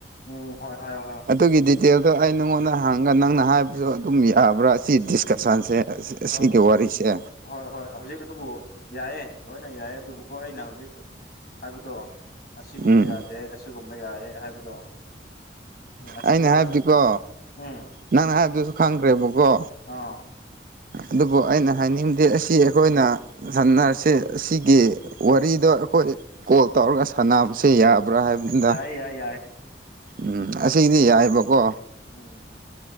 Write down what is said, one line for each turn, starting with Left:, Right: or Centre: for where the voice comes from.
Left: ꯎꯝ ꯍꯣꯏ ꯍꯥꯏꯌꯣ ꯍꯥꯏꯌꯣ
Right: ꯑꯗꯨꯒꯤ ꯗꯤꯇꯦꯜꯗꯣ ꯑꯩ ꯅꯪꯉꯣꯟꯗ ꯍꯪꯉꯥ ꯅꯪꯅ ꯍꯥꯏꯕꯁꯨ ꯑꯗꯨꯝ ꯌꯥꯕ꯭ꯔꯥ ꯁꯤ ꯗꯤꯁꯀꯁꯟꯁꯦ
Left: ꯑ
Right: ꯁꯤꯒꯤ ꯋꯥꯔꯤꯁꯦ
Left: ꯍꯣꯏ ꯍꯣꯏ ꯍꯧꯖꯤꯛ ꯑꯗꯨꯕꯨ ꯌꯥꯏꯌꯦ ꯂꯣꯏꯅ ꯌꯥꯏꯌꯦ ꯑꯗꯨꯕꯨꯀꯣ ꯑꯩꯅ ꯍꯧꯖꯤꯛ ꯍꯥꯏꯕꯗꯣ ꯑꯁꯤꯒꯨꯝꯕ
Right: ꯎꯝ
Left: ꯌꯥꯗꯦ ꯑꯁꯤꯒꯨꯝꯕ ꯌꯥꯏꯌꯦ ꯍꯥꯏꯕꯗꯣ ꯎꯝ ꯑꯁꯤꯗꯤ
Right: ꯑꯩꯅ ꯍꯥꯏꯕꯗꯤꯀꯣ
Left: ꯈꯔ ꯎꯝ
Right: ꯅꯪꯅ ꯍꯥꯏꯕꯗꯨꯁꯨ ꯈꯪꯈ꯭ꯔꯦꯕꯀꯣ
Left: ꯑꯥ
Right: ꯑꯗꯨꯕꯨ ꯑꯩꯅ ꯍꯥꯏꯅꯤꯡꯕꯗꯤ ꯑꯁꯤ ꯑꯩꯈꯣꯏꯅ ꯁꯥꯟꯅꯔꯁꯦ ꯑꯁꯤꯒꯤ ꯋꯥꯔꯤꯗꯣ ꯑꯩꯈꯣꯏ ꯀꯣꯜ ꯇꯧꯔꯒ ꯁꯥꯟꯅꯕꯁꯦ ꯌꯥꯕ꯭ꯔꯥ <unintelligible> ꯅꯤꯗ
Left: ꯌꯥꯏ ꯌꯥꯏ ꯌꯥꯏ
Right: ꯎꯝ ꯑꯁꯤꯒꯤꯗꯤ ꯌꯥꯏꯕꯀꯣ
Left: ꯎꯝ